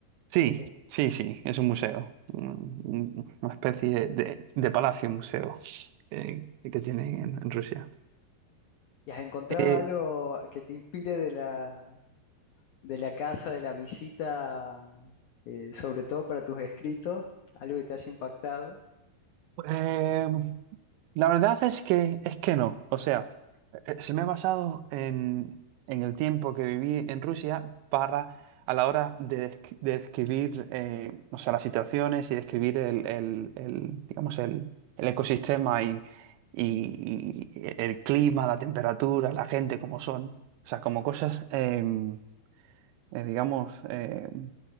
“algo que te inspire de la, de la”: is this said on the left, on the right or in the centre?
Left